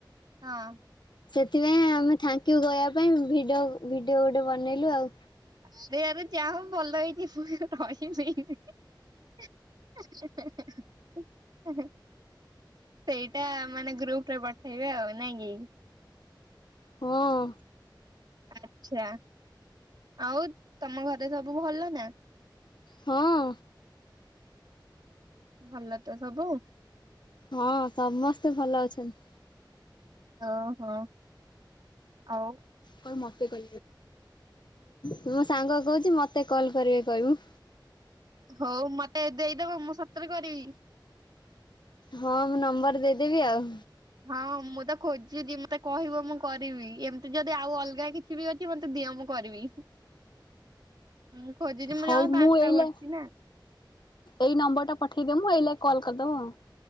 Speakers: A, on the right; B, on the left.
A: ହଁ।
B: ସେଥିପାଇଁ ଆମେ ଥ୍ୟାଙ୍କୟୁ କହିବା ପାଇଁ ଭିଡ଼ିଓ ଭିଡ଼ିଓ ଗୋଟେ ବନେଇଲୁ ଆଉ।
A: ଆରେ ଆ ଯାହା ହବ ଭଲ ହେଇଛିୁ ରଇନି। <inaudible> ସେଇଟା ମାନେ ଗ୍ରୁପ ରେ ପଠେଇବେ ଆଉ ନାଇଁ କି?
B: ହଁ।
A: ଆଛା ଆଉ ତମ ଘରେ ସବୁ ଭଲ ନା।
B: ହଁ।
A: ଭଲ ତ ସବୁ।
B: ହଁ ସମସ୍ତେ ଭଲ ଅଛନ୍ତି।
A: ଓ ହଁ ଆଉ।
B: କଣ ମତେିବ ମୋ ସାଙ୍ଗ କହୁଛି ମତେ କଲ କରିବେ କହିବୁ।
A: ହଉ ମତେ ଦେଇଦବ ମୁଁ ସତରେ କରିବି।
B: ହଁ ମୁଁ ନମ୍ବର ଦେଇଦେବି ଆଉ।
A: ହଁ ମୁଁ ତ ଖୋଜୁଛି ମତେ କହିବ ମୁଁ କରିବି ଏମିତି ଯଦି ଆଉ ଅଲଗା କିଛି ବି ଅଛି ମତେ ଦିଅ ମୁଁ କରିବି। ମୁଁ ଖୋଜିଚି ମୁଁ
B: ହଉ
A: ଜମା ପାଞ୍ଚଟା
B: ଏଇଲେ
A: କରିଛି ନା?
B: ଏଇ ନମ୍ବର ଟା ପଠେଇଦେ ମୁଁ ଏଇଲାଗ କଲ୍ କରିଦବ ଆଉ।